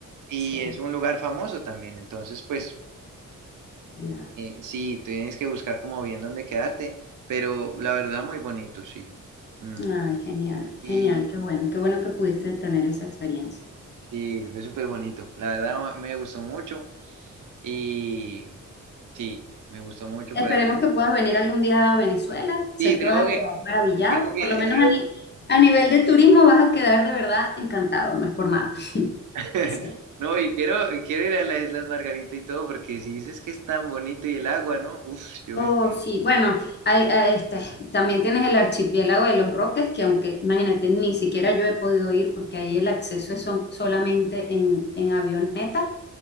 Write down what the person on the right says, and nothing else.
Y
es un lugar famoso también, entonces pues
eh, sí, tienes que buscar como bien dónde quedarte, pero la verdad muy bonito, sí. Mm.
Y,
Sí, fue súper bonito. La verdad me me gustó mucho y sí, me gustó mucho
por ahí.
Sí, tengo
que,
tengo que
ir
a
la...
¿Verdad? <laughs>
No, y quiero, y quiero ir a las Islas Margarita y todo, porque si dices que es tan bonito y el agua, ¿no? Uf, yo
me imagino.